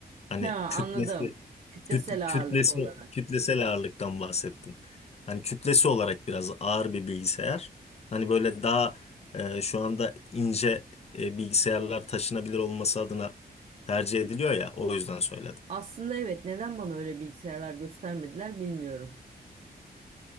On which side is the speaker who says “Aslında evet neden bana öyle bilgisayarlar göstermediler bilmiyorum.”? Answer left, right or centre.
Right